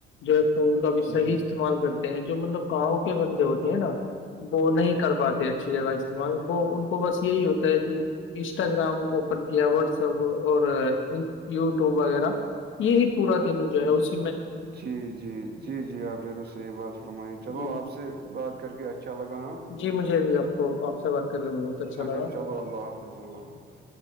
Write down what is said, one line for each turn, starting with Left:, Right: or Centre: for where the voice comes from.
Left: جو ہے فون کا بھی
Right: جی
Left: صح
Right: جی
Left: استعمال کرتے ہیں جو مطلب گاؤں کے بندے ہوتے ہیں نا وہ نہیں کر پاتے اچھی جگہ استعمال وہ ان کو بس یہی ہوتا ہے کہ انسٹاگرام اوپن کیا واٹسپ اور یو ٹیوب وغیرہ یہی پورا دن جو ہے اس
Right: جی جی جی جی آپ نے تو صحیح بات فرمائی چلو
Left: جی
Right: آپ سے بات کر کے اچ اچھا لگا
Left: جی مجھے بھی آپ کو آپ سے بات کر کے بہت لگا
Right: اچھا چلو اللہ حافظ اللہ حافظ